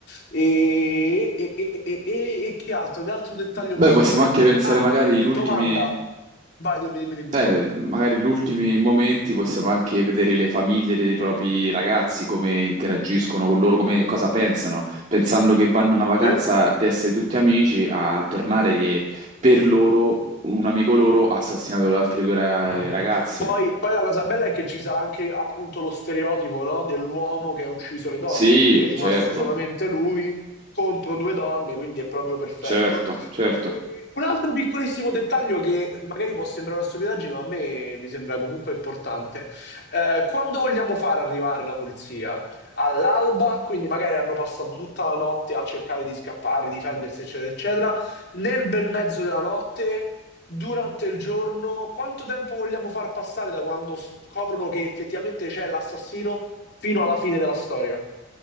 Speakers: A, on the left; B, on the right.
A: E, e- e- e- e- e che altro? Che altro dettaglio
B: Beh,
A: possiamo
B: possiamo
A: mettere?
B: anche pensare
A: Ah,
B: magari gli ultimi.
A: domanda. Vai, dimmi, dimmi, dimmi.
B: Eh, magari gli ultimi momenti possiamo anche vedere le famiglie dei propri ragazzi, come interagiscono con loro, come, cosa pensano, pensando che vanno a una vacanza
A: Sì?
B: di essere tutti amici, a tornare che per loro un amico loro ha assassinato le altre due ra-
A: Bravo.
B: ragazze.
A: Poi, poi la cosa bella è che ci sarà anche appunto lo stereotipo, no, dell'uomo che ha ucciso le donne,
B: Sì,
A: perché è rimasto
B: certo,
A: solamente lui contro due donne, quindi è proprio perfetto.
B: certo, certo.
A: E un altro piccolissimo dettaglio che magari può sembrare una stupidaggine, ma a me mi sembra comunque importante. Eh, quando vogliamo far arrivare la polizia? All'alba, quindi magari hanno passato tutta la notte a cercare di scappare, difendersi, eccetera, eccetera. Nel bel mezzo della notte durante il giorno, quanto tempo vogliamo far passare da quando scoprono che effettivamente c'è l'assassino fino alla fine della storia?